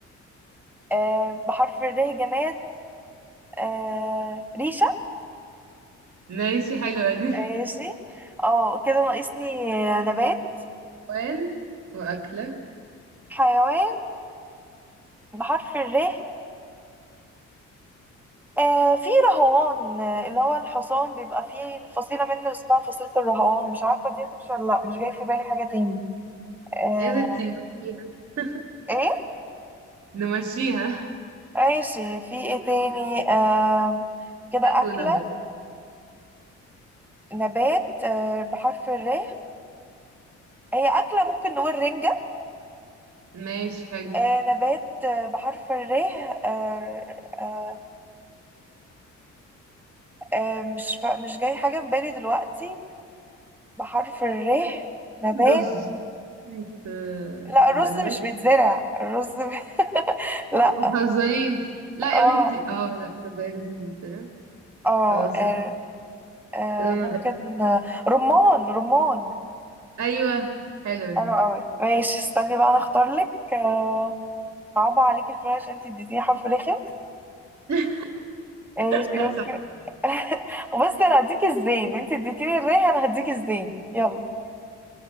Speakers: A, in the centre; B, on the right.
A: آه بحرف الر جماد آه ريشة
B: ماشي حلوة دي
A: ماشي اه كده ناقصني آه، نبات
B: <laughs> وين وأكلة
A: حيوان بحرف الر آه، في رهوان آه، اللي هو الحصان بيبقى فيه فصيلة منه اسمها فصيلة الرهوان مش عارفة دي هتمشي ولا لأ مش جاي في بالي حاجة تاني آه،
B: يا ستي نمشيها <laughs>
A: ايه
B: نمشيها
A: ماشي في ايه تاني آه، كده
B: نبات
A: أكلة
B: ونبات
A: نبات آه، بحرف الر هي أكلة ممكن نقول رنجة
B: ماشي حلو
A: آه، نبات آه، بحرف الر آه، آه، آه، مش فا... مش جاي حاجة في بالي دلوقتي بحرف الر نبات
B: رز بيت- آه،
A: لا
B: بيبقى
A: الرز
B: نبات
A: مش بيتزرع الرز ب... <laughs> لا
B: ما تهزريش لا
A: اه
B: يا بنتي اه لا تصدقي رز بيطلع
A: اه
B: خلاص
A: آه. آه
B: كده انا
A: ممكن
B: غ...
A: آه، رمان رمان
B: ايوه حلوة دي
A: حلو قوي ماشي استني بقى انا اختار لك آه صعبة عليكي شوية عشان انت اديتيني حرف رخم
B: <laughs>
A: ماشي
B: لا
A: اوكي
B: صح
A: <laughs> بصي انا هديك الزين انت اديتيني الريح انا هديك الزين يلا